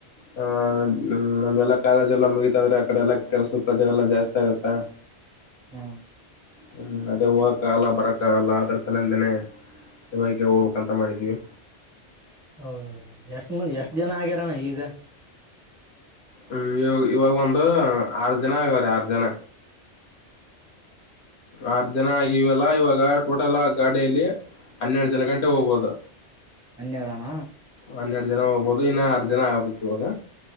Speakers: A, on the left; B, in the centre.
A: ಹ ನಮ್ಗೆಲ್ಲಾ ಕಾಲೇಜ್ ಎಲ್ಲ ಮುಗಿತಂದ್ರೆ ಆ ಕಡೆ ಎಲ್ಲ ಕೆಲ್ಸ ಪ್ರಜರೆಲ್ಲಾ ಜಾಸ್ತಿ ಆಗತ್ತಾ.
B: ಹಾ
A: ಹ್ಮ್ ಅದೇ ಹೋಗಕ್ಕಾಗಲ್ಲ ಬರಕ್ಕ ಆಗಲ್ಲ ಅದ್ರ ಸಲಿಂದಾನೇ. <inaudible> ಬಕ ಹೋಗ್ಬೇಕಕ್ಂತ ಮಾಡಿದೀವಿ.
B: ಹೌದ ಎಷ್ಟ ಮಂದ ಎಷ್ಟ್ ಜನ ಆಗ್ಯಾರಣ್ಣ ಈಗ.
A: ಹ್ಮ್ ಇವ ಇವಾಗ ಒಂದು ಆರ್ ಜನ ಆಗವ್ರ ಆರ್ ಜನ. ಆರ್ ಜನ ಆಗಿವಲ್ಲಾ ಇವಾಗ ಟೋಟಲ್ ಗಾಡಿಲೀ. ಹನ್ನೆರಡು ಜನ ಗಂಟ ಹೋಗಬೋದು.
B: ಹನ್ನೆರಡಣ
A: ಹನ್ನೆರಡು ಜನ ಹೋಗ್ಬೋದು ಇನ್ನು ಆರ್ ಜನ ಆಗ್ಬೇಕವಾಗ.